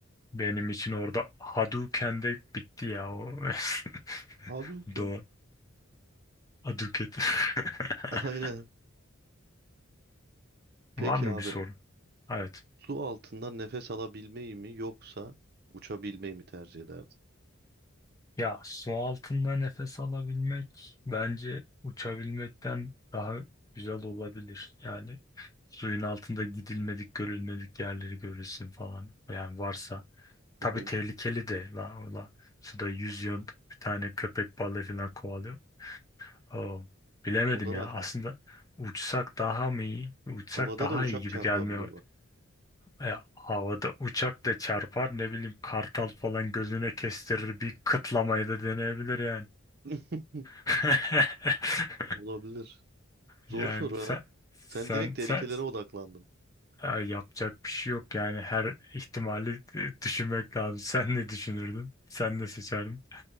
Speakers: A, on the left (about 15°); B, on the right (about 50°).
A: Benim için orada Hadouken de bitti ya. o. <laughs>
B: Halbuki
A: Doğru.
B: ya.
A: Hadouken. <laughs>
B: E, Aynen. Peki
A: Var mı
B: abi
A: bir sorun? Evet.
B: su altından nefes alabilmeyi mi yoksa uçabilmeyi mi tercih ederdin?
A: Ya su altında nefes alabilmek bence uçabilmekten daha güzel olabilir. Yani suyun altında gidilmedik, görülmedik yerleri görürsün falan. Yani varsa. Tabii
B: Hı hı.
A: tehlikeli de la ola. Suda yüzüyorsun bir tane köpek balığı falan kovalıyor. Oo, bilemedim
B: O da
A: ya.
B: var.
A: Aslında uçsak daha mı iyi? Uçsak
B: Havada
A: daha
B: da uçak
A: iyi gibi
B: çarpabilir
A: gelmeye
B: bak.
A: E, havada uçak da çarpar ne bileyim kartal falan gözüne kestirir bir kıtlamayı da deneyebilir yani.
B: <laughs>
A: <laughs>
B: Olabilir. Zor
A: Yani
B: soru
A: sen
B: ha.
A: sen
B: Sen direkt tehlikelere
A: sen
B: odaklandın.
A: e, yapacak bir şey yok yani her ihtimali e, düşünmek lazım. Sen ne düşünürdün? Sen ne seçerdin?